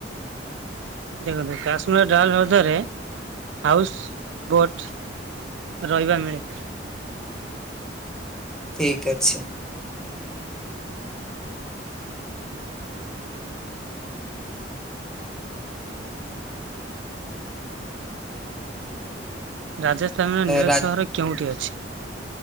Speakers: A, on the right; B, in the centre.
A: ଦେଖନ୍ତୁ କାଶ୍ମୀର୍ ଡାଲ୍ ହ୍ରଦ୍ଦରେ ହାଉସ୍ ବୋଟ୍ ରହିବା ମିଳେ।
B: ଠିକ୍ ଅଛି।
A: ରାଜସ୍ଥାନର ନୀଳ
B: ରା
A: ସହର କେଉଁଠି ଅଛି?